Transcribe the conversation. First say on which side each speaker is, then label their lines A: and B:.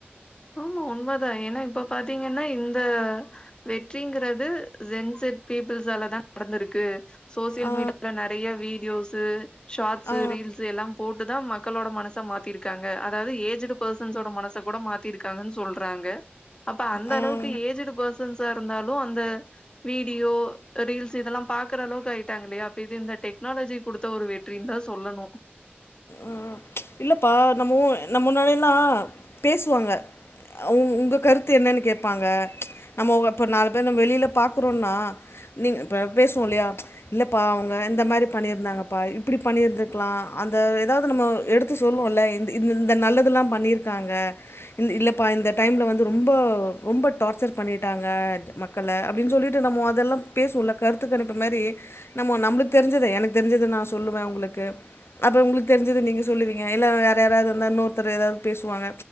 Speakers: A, on the left; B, on the left.
A: ஆமா உண்மதா ஏன்னா இப்ப பாத்தீங்கன்னா இந்த வெற்றிங்குறது ஜென்செட் பீப்புள்ஸாலதா நடந்துருக்கு சோசியல்
B: ஆ,
A: மீடியால நறைய வீடியோஸ் து ஷாட்ஸு
B: ஆ,
A: ரீல்ஸு எல்லாம் போட்டுதா மக்களோட மன ச மாத்திருக்காங்க அதாவ்து ஏஜிடு பர்சன்ஸோட மனச கூட மாத்தி திருக்காங்கன் சொல்றாங்க அப்ப அந்த
B: ஆ.
A: அளவுக்கு ஏஜிட் பர்சன்ஸா இருந்தாலு ஒ அந்த வீடியோ ரீல்ஸ் இதெல்லா பாக்குற அளவுக்கு ஆயிட்டாங்க இல்லையா அப்ப இது இந்த டெக்னாலஜி குடுத்த ஒரு வெற்றின் தா சொல்லணு
B: ஆஹ இல்லப்பா நம்ம நம்ம முன்னாடியல்லா பேசுவாங்க உங்க கருத்து என்னன்னு கேப்பாங்க நம்ம இப்ப நாலு பேர் நம்ம வெளியில பாக்குறோனா நீங் இப்ப பேசுவோ இல்லையா இல்லப்பா அவுங்க இந்த மாதிரி பண்ணியிருந்தாங்கப்பா இப்பிடி பண்ணியிருந்திருக்கலா அந்த எதாவது நம்ம எடுத்து சொல்லுவோல்ல இந்த இந்த இந்த நல்லதெல்லா பண்ணியிருக்காங்க இந்த இல்லைப்பா இந்த டைமுல வந்து ரொம்ப ரொம்ப டார்ச்சர் பண்ணிட்டாங்க மக்கள அப்டின்னு சொல்லிட்டு நம்ம அதெல்லா பேசுவோல கருத்து கணிப்பு மேரி நம்ம நம்ளுக்கு தெரிஞ்சதே எனக்கு தெரிஞ்சது நா சொல்லுவே உங்களுக்கு அப்போ உங்களுக்கு தெரிஞ்சது நீங்கள் சொல்லுவீங்க எல்ல வேற யாராவது வந்தா இன்னொருத்தர் எதாவது பேசுவாங்க